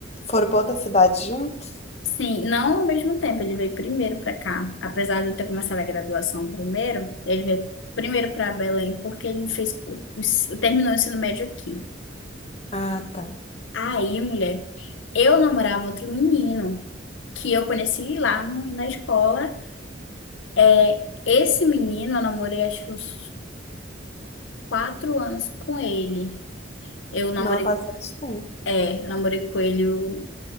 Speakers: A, on the left; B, on the left.
A: foram pra outra cidade juntos?
B: Sim, não ao mesmo tempo, ele veio primeiro para cá. Apesar de eu ter começado a graduação primeiro, ele veio primeiro para Belém porque ele fez o- o- terminou o ensino médio aqui.
A: Ah, tá.
B: Aí, mulher, eu namorava outro menino que eu conheci lá no- na escola. É, esse menino eu namorei acho que uns quatro anos com ele. Eu namorei,
A: Não, há bastante tempo.
B: é, eu namorei com ele o